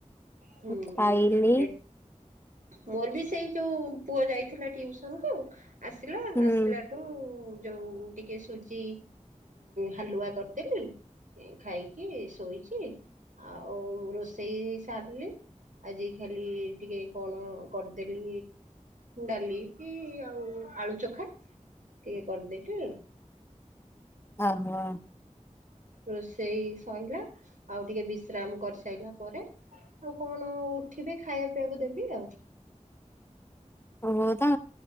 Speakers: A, on the right; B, on the left.
A: ହୁଁ। <unintelligible>
B: ଖାଇଲି
A: ମୋର ବି ସେଇ ଯୋଉ ପୁଅ ଯାଇଥିଲା ଟିଉସନ କୁ ଆସିଲା
B: ହୁଁ
A: ଆସିଲା ଠୁ ଯୋଉ ଟିକେ ସୁଜି ହାଲୁଆ କରିଦେଲି ଖାଇକି ଶୋଇଛି ଆଉ ରୋଷେଇ ସାରିଲି ଆଜି ଖାଲି ଟିକେ କଣ କରିଦେଲି ଡାଲି କି ଆଉ ଆଳୁ ଚଖା ଟିକେ କରିଦେଲି।
B: ହ ହୋ।
A: ରୋଷେଇ ସରିଲା ଆଉ ଟିକେ ବିଶ୍ରାମ କରିସାରିଲା ପରେ ଆଉ କଣ ଉଠିବେ ଖାଇବା ପିଇବାକୁ ଦେବି ଆଉ।
B: ବୋଉ ତ